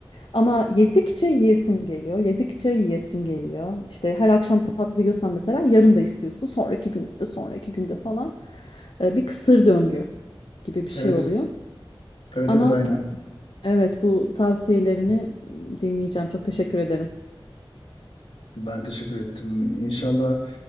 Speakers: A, on the left; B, on the left.
A: Ama yedikçe yiyesin geliyor, yedikçe yiyesin geliyor. İşte her akşam tatlı yiyorsan mesela yarın da istiyorsun. Sonraki günde, sonraki günde falan. Ee, bir kısır döngü gibi bir şey
B: evet
A: oluyor.
B: evet
A: Ama
B: evet aynen.
A: evet bu tavsiyelerini dinleyeceğim. Çok teşekkür ederim.
B: Ben teşekkür ettim. İnşallah